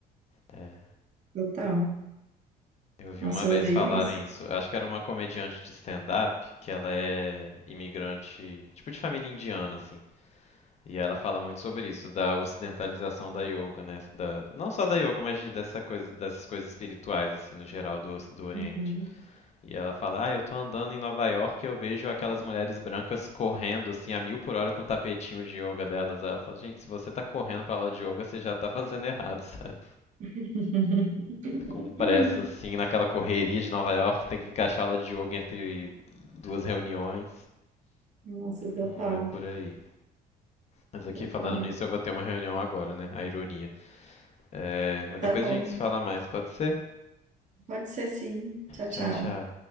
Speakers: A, on the left; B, on the right.
A: É,
B: total.
A: eu vi
B: Nossa,
A: uma vez
B: eu odeio
A: falarem
B: isso.
A: isso. Acho que era uma comediante de stand-up, que ela é imigrante, tipo de família indiana, assim. E ela fala muito sobre isso, da ocidentalização da yoga, né? Da, não só da yoga, mas de- dessa coisa, dessas coisas espirituais, assim, no geral do, oci- do Oriente.
B: Uhum.
A: E ela fala, ah, eu tô andando em Nova York e eu vejo aquelas mulheres brancas correndo, assim, a mil por hora com o tapetinho de yoga delas. Aí ela fala, gente, se você tá correndo pra aula de yoga, você já tá fazendo errado, <laughs> sabe?
B: <laughs>
A: Com pressa, assim, naquela correria de Nova York, tem que encaixar aula de yoga entre duas reuniões.
B: Nossa, total,
A: Não é por aí. Mas aqui,
B: total.
A: falando nisso, eu vou ter uma reunião agora, né? A ironia. É, mas
B: Tá
A: depois
B: bom.
A: a gente se fala mais, pode ser?
B: Pode ser sim. Tchau,
A: Tchau,
B: tchau.
A: tchau.